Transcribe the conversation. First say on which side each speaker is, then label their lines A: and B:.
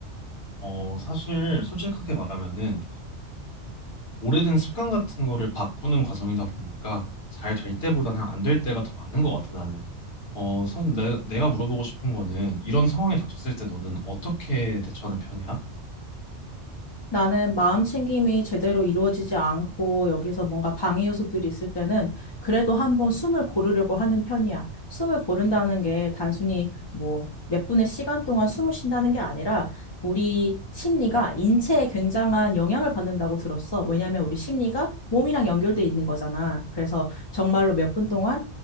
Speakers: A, on the left (about 70°); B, on the left (about 35°).
A: 어, 사실 솔직하게 말하면은 오래된 습관 같은 거를 바꾸는 과정이다 보니까 잘 될 때보다는 안 될 때가 더 많은 것 같아 나는. 어, 사실 내, 내가 물어보고 싶은 거는 이런 상황에 닥쳤을 때 너는 어떻게 대처하는 편이야?
B: 나는 마음 챙김이 제대로 이루어지지 않고 여기서 뭔가 방해 요소들이 있을 때는 그래도 한번 숨을 고르려고 하는 편이야. 숨을 고른다는 게 단순히 뭐 몇 분의 시간 동안 숨을 쉰다는 게 아니라 우리 심리가 인체에 굉장한 영향을 받는다고 들었어. 왜냐하면 우리 심리가 몸이랑 연결돼 있는 거잖아. 그래서 정말로 몇 분 동안